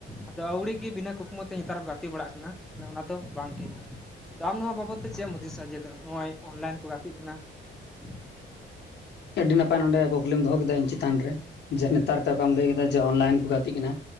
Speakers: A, in the centre; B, on the left (about 60°).
A: ᱟᱫᱚ ᱟᱹᱣᱲᱤ ᱜᱮ ᱵᱤᱱᱟᱹ ᱠᱩᱠᱢᱩ ᱛᱮ ᱱᱮᱛᱟᱨ ᱠᱚ ᱜᱟᱛᱮ ᱵᱟᱲᱟᱜ ᱠᱟᱱᱟ᱾ ᱚᱱᱟ ᱫᱚ ᱵᱟᱝ ᱴᱷᱤᱠᱟ ᱟᱢ ᱱᱚᱣᱟ ᱵᱟᱵᱚᱫ ᱛᱮ ᱪᱮᱫ ᱮᱢ ᱦᱩᱫᱤᱥᱟ ᱡᱮ ᱱᱚᱜᱼᱚᱭ ᱚᱱᱞᱟᱭᱤᱱ ᱛᱮ ᱠᱚ ᱜᱟᱛᱮᱜ ᱠᱟᱱᱟ᱾ <inaudible>
B: ᱟᱹᱰᱤ ᱱᱟᱯᱟᱭ ᱱᱚᱰᱮ ᱠᱩᱠᱞᱤᱢ ᱫᱚᱦᱚ ᱠᱮᱫᱟ ᱤᱧ ᱪᱮᱛᱟᱱ ᱨᱮ ᱡᱮ ᱱᱮᱛᱟᱨ ᱛᱮ ᱚᱠᱟᱢ ᱞᱟᱹᱭ ᱠᱮᱫᱟ ᱡᱮ ᱚᱱᱞᱟᱭᱤᱱ ᱠᱚ ᱜᱟᱛᱮᱜ ᱠᱟᱱᱟ